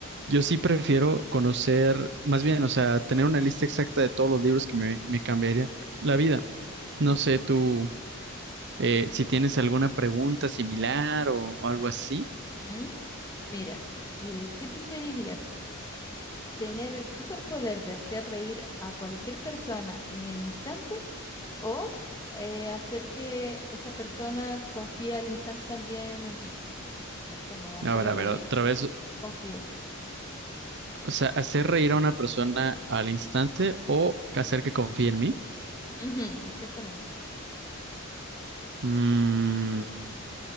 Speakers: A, on the right; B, on the left.
A: yo sí prefiero conocer, más bien, o sea, tener una lista exacta de todos los libros que me, me cambiaría la vida. No sé, tú. Eh, si tienes alguna pregunta similar o, o algo así.
B: Mm. Mira, eh, ¿qué preferirías? ¿Tener el superpoder de hacer reír a cualquier persona en el instante? o eh, hacer que esa persona confíe al instante también en ti. Es como hacerla
A: A ver, a
B: reír
A: ver, otra
B: o
A: vez.
B: que confíe.
A: O sea, hacer reír a una persona al instante o hacer que confíe en mí.
B: Ujú, exactamente.
A: Mm,